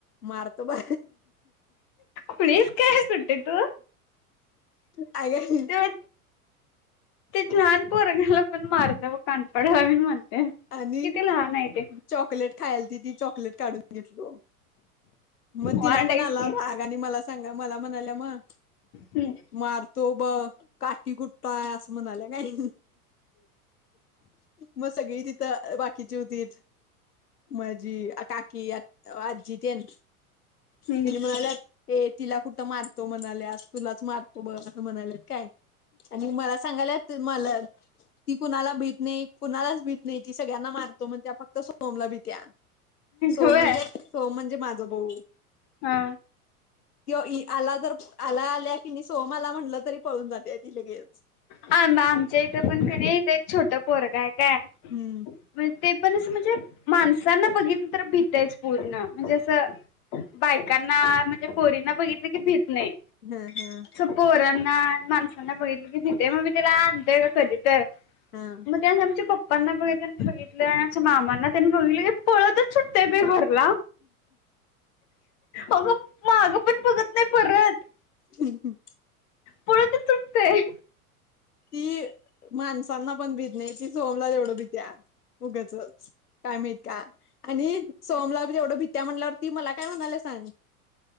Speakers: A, on the left (about 85°); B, on the left (about 50°).
A: मारतो बा.
B: खुळीस काय सुट्टी तू
A: अे.
B: ते ते लहान पोरगाला पण मारत व काणपड हवीण म्हणते.
A: आणि
B: किती लहान आहे ते
A: चॉकलेट खायल त ती चॉकलेट काढून घेतलो. मग तिला
B: वांड
A: पण
B: आहेस
A: आला
B: की
A: राग आणि मला सांगा मला म्हणाल्या मग
B: हम
A: मारतो ब काठी कुट्टाय असं म्हणाल्या काय मग सगळी तिथं बाकीची होती मझी काकी आजी तेन
B: हम्म
A: तिने म्हणाल्या ए तिला कुठ मार तो म्हणाले आज तुलाच मारतो बघ असं म्हणालेत काय आणि मला सांगायला मला की कुणाला भेटणे. कुणालाच भीत नाही ती सगळ्यांना मारतो मण त्या फक्त सोमला भीिते सोम
B: होय.
A: म्हणजे. होो म्हणजे माझा भाऊ.
B: हा.
A: किं आला जर आला आल्या की मी सोहम आला म्हटलं तरी पळून जाते आधी लगेच.
B: आ आमच्या इथं पण कधी इथं एक छोटं पोरग आहे काय.
A: हम्म!
B: ण ते पण असं म्हणजे माणसांना बघितलं तर भीतायच पूर्ण म्हणजे असं. बायकांना म्हणजे पोरींना बघितलं की भित नाही.
A: हम् हम्!
B: पोर्यांना माणसांना बघितलं की तथे मग मी त्याला आणतोय का कधीच. तर
A: हा.
B: मग त्या आमच्या पप्पांना बघित बघितलं आणि आमच्या मामांना. बघली पळतच सुुट्ट बी घरला. अगं मागं पण बघत नाही परत.
A: हम्.
B: पळत तुटतेय.
A: ती माणसांना पण भीित नाही ती सोमला तेवढं भीित्या. उगचच काय माहीत का आणि सोमलाी तेवढ भित्या म्हणल्यावर. ती मला काय म्हणाल्या सांग